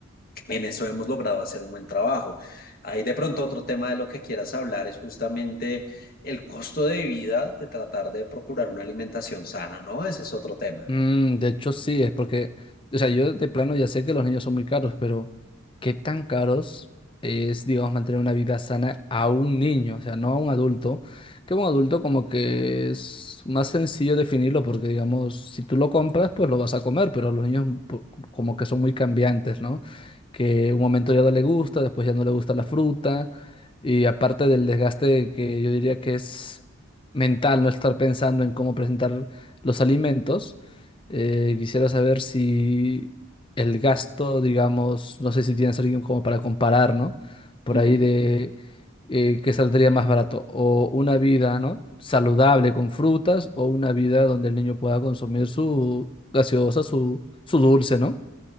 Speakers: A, on the left (about 45°); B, on the left (about 25°).
A: en eso hemos logrado hacer un buen trabajo. Ahí de pronto otro tema de lo que quieras hablar es justamente el costo de vida de tratar de procurar una alimentación sana, ¿no? Ese es otro tema.
B: Mm, de hecho, sí, es porque, o sea, yo de plano ya sé que los niños son muy caros, pero ¿qué tan caros es, digamos, mantener una vida sana a un niño? O sea, no a un adulto, que un adulto como que es más sencillo definirlo porque, digamos, si tú lo compras, pues lo vas a comer, pero los niños po- como que son muy cambiantes, ¿no? Que un momento ya no le gusta, después ya no le gusta la fruta, y aparte del desgaste que yo diría que es mental, no estar pensando en cómo presentar los alimentos eh, quisiera saber si el gasto, digamos, no sé si tienes alguien como para comparar, ¿no? Por
A: Mm.
B: ahí de eh, qué saldría más barato, o una vida, ¿no? Saludable con frutas, o una vida donde el niño pueda consumir su gaseosa, su, su dulce, ¿no?